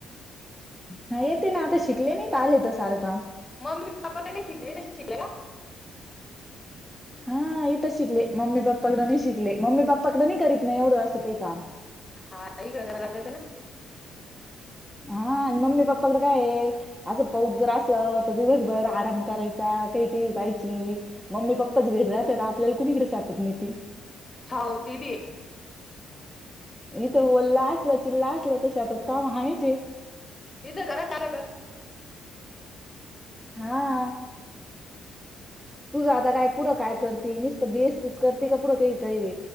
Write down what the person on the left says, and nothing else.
मममी पापपा कडे शिकखले द शिले का.
हा क करा लागतात ना.
हो ते बी.
इ करासगत.